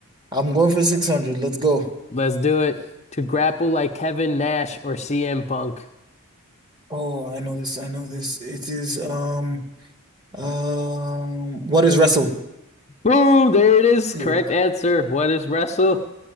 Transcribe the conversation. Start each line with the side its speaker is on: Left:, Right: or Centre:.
Right: I'm going for 600. Let's go.
Left: Let's do it. To grapple like Kevin Nash or CM Punk.
Right: Oh, I know this. I know this. It is um um what is wrestle?
Left: Boom, there it is.
Right: Yeah.
Left: Correct answer. What is wrestle?